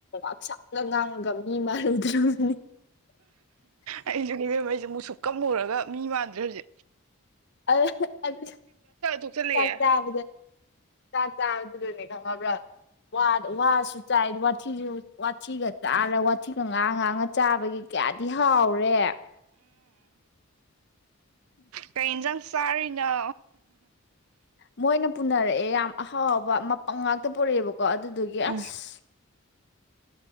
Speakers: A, on the left; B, on the right.
A: ꯍꯛꯆꯥꯡꯒ ꯉꯥꯡꯉꯒ ꯃꯤ ꯃꯥꯔ ꯎꯗ꯭ꯔꯣꯅꯤ
B: ꯑꯩꯁꯨꯅꯦꯕꯦꯝꯈꯩꯁꯦ ꯃꯨꯁꯨꯛ ꯀꯃꯨꯔꯒ ꯃꯤ ꯃꯥꯟꯗ꯭ꯔ ꯍꯧꯁꯦ
A: ꯑ ꯑꯗꯨ
B: ꯊꯣꯛꯆꯜꯂꯛꯑꯦ
A: ꯆꯥꯛ ꯆꯕꯗ ꯆꯥ ꯆꯥꯕꯗꯨꯗꯅꯦ ꯈꯪꯉꯕ꯭ꯔꯥ ꯋꯥꯁꯨ ꯆꯥꯏ ꯋꯥꯊꯤꯁꯨ ꯋꯥꯊꯤꯒ ꯆꯥꯔ ꯋꯥꯊꯤꯒ ꯉꯥꯡ ꯉꯥꯡꯉ ꯆꯥꯕꯒꯤ ꯀꯌꯥꯗꯤ ꯍꯥꯎꯔꯦ
B: ꯀꯩꯟꯖꯥꯡ ꯆꯥ ꯍꯂ
A: ꯃꯣꯏꯅ ꯄꯨꯅꯔꯛꯑꯦ ꯌꯥꯝ ꯑꯍꯥꯎꯕ ꯃꯄꯪ ꯉꯥꯛꯇ ꯄꯨꯔꯛꯑꯦꯕꯀꯣ ꯀ ꯑꯗꯨꯗꯨꯒꯤ
B: ꯎꯝ
A: ꯑꯁ